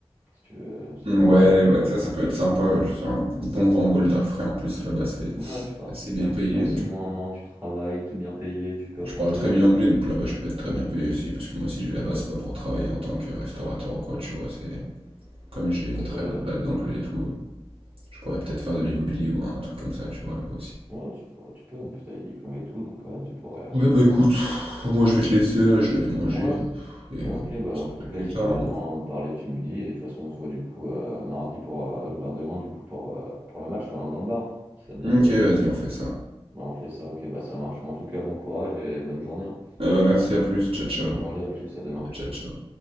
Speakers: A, on the right; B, on the right.
A: Si tu veux, si
B: Ouais,
A: tu veux te laisser un peu
B: ouais,
A: de mou.
B: ça, ça peut être sympa, ouais, juste un bon grand bol d'air frais, en plus, là-bas, c'est
A: Ouais, tu pars,
B: assez
A: tu
B: bien
A: pars,
B: payé.
A: tu pars 6 mois, un an, tu travailles, t'es bien payé, tu coffres
B: Je parle
A: un peu.
B: très bien anglais, donc là-bas je peux être très bien payé aussi, parce que moi si je vais là-bas, c'est pas pour travailler en tant que restaurateur ou quoi, tu vois, c'est comme j'ai
A: Tu
B: une
A: ferais
B: très
A: quoi là-bas?
B: bonne base d'anglais et tout, je pourrais peut-être faire de l'immobilier ou un truc comme ça, tu vois, là-bas aussi.
A: Ouais, tu pourrais, tu peux, en plus t'as les diplômes et tout, donc ouais, tu pourrais. euh,
B: Ouais, bah écoute, moi je vais te laisser, là, je vais aller manger,
A: Ouais,
B: et
A: Ok,
B: euh, on
A: bah
B: se
A: en
B: rappelle
A: tout cas,
B: plus
A: si
B: tard.
A: t'as besoin de parler, tu me dis. Et de toute façon, on se voit du coup euh, mardi pour. euh, enfin, demain du coup pour, euh, pour le match euh, dans le bar, si ça te va.
B: hein. Ok, vas-y, on fait ça.
A: Bah on fait ça, ok, bah ça marche. Mais en tout cas, bon courage et bonne journée. hein.
B: Eh bah merci, à plus, ciao ciao.
A: Bon allez, à plus, à demain, ciao.
B: Ciao
A: Ciao.
B: ciao.